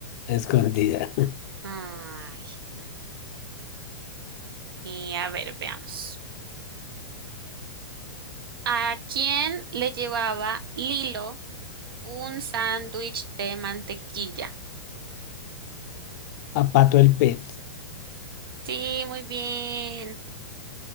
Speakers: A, on the left; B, on the right.
A: Escondida.
B: Ay. mm. Y a ver, veamos. ¿A quién le llevaba Lilo un sándwich de mantequilla?
A: <laughs> A Pato el pez.
B: Sí, muy bien.